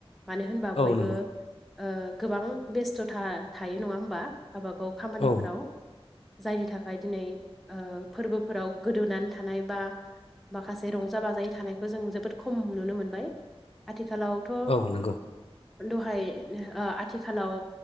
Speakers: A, in the centre; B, on the left (about 70°).
A: मानो होनबा बयबो
B: औ नंगौ
A: ओ गोबां बेस्थ'था थायो नङा होमबा गावब गाव खामानिफोराव
B: औ
A: जायनि थाखाय दिनै ओ फोरबोफोराव गोदौानै थानाय बा माखासे रंजा बाजायै थानायखौ जों जोबोद खम नुनो मोनबाय आथिखालाव थ'
B: औ नंगौ
A: दहाय ओ आथिखालाव